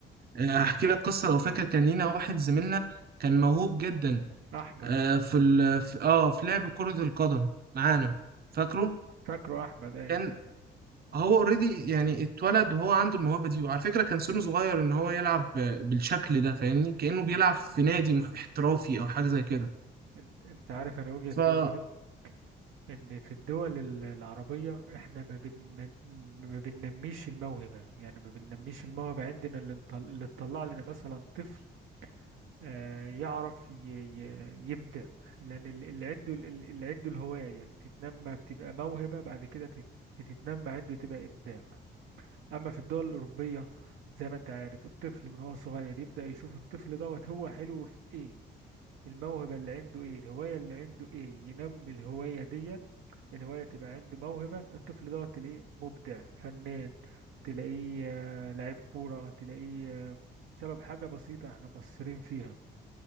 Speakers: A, on the right (about 50°); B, on the right (about 85°).
A: آه، هحكي لك قصة لو فاكر
B: مم.
A: كان لينا واحد زميلنا كان موهوب جدا
B: أحمد
A: آه،
B: اه
A: في ال في- آه في لعب كرة القدم معانا
B: مم.
A: فاكره
B: مم. فاكره أحمد أي
A: كان هو اوريدي يعني اتولد وهو عنده الموهبة دي وعلى فكرة كان سنه صغير إن هو يلعب آه، بالشكل ده فاهمني كأنه بيلعب في
B: مم.
A: نادي احترافي أو حاجة زي كده
B: انت, انت عارف أنا وجهة
A: فاهمني
B: نظري إن في الدول ال- العربية إحنا ما بن من- ما بننميش الموهبة يعني ما بننميش الموهبة عندنا اللي نطل- اللي تطلع لنا مثلا طفل آه، يعرف ي- ي- يبدع لأن ال- اللي عنده ال- ال- اللي عنده الهواية بتتنمى بتبقى موهبة بعد كده بتت- بتتنمى عنده تبقى إبداع أما في الدول الأوروبية زي ما أنت عارف الطفل من هو صغير يبدأ يشوف الطفل دوت هو حلو في إيه الموهبة اللي عنده إيه الهواية اللي عنده إيه ينمي الهواية ديت الهواية تبقى عنده موهبة الطفل دوت تلاقيه مبدع فنان تلاقيه آه، لعيب كورة تلاقيه آه، بسبب حاجة بسيطة احنا مقصرين فيها